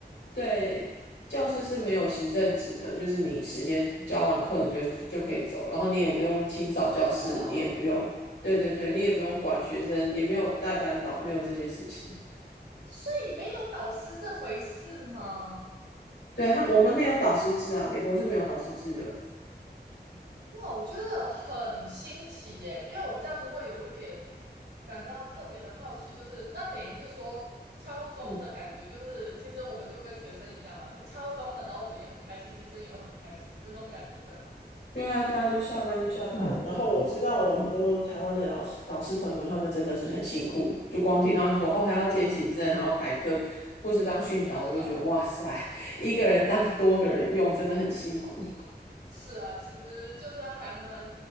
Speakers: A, on the left; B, on the right.
A: 对，教师是没有行政职的，就是你时间教完课你就就可以走，然后你也不用清扫教室，
B: 真的啊，
A: 你也不用，对对对，你也不用管学生，也没有带班导，没有这些事情。
B: 所以没有导师这回事吗？
A: 对，他，我们没有导师制啊，美国是没有导师制的。
B: 哇，我觉得很新奇耶，因为我这样子会有一点感到特别的好奇，就是那等于是说敲钟的感觉，
A: 嗯。
B: 就是其实我们就跟学生一样嘛，他敲钟的，然后我们也很开心，学生也会很开心，就那种感觉，对吗？
A: 对啊，对啊，就下班就下班。嗯然后我知道我很多台湾的老师老师朋友，他们真的是很辛苦。就光听到他说哦，还要兼行政，还要排课，或是当训导，
B: <laughs>
A: 我就觉得哇塞，一个人当多个人用，真的很辛苦。
B: 是啊，其实就是还蛮，